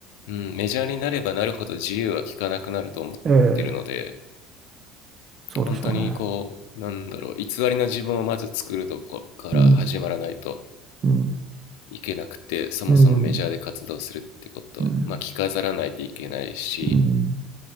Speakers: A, on the left; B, on the right.
A: うん、メジャーになればなるほど自由は利かなくなると思ってるので、
B: ええ、そうでしょうね。
A: 本当にこう、なんだろう、偽りの自分をまず作るとこから始まらないと
B: うん。うん。
A: いけなくて、そもそもメジャーで活動するってこと、
B: うん。うん。
A: まあ、着飾らないといけないし、
B: うん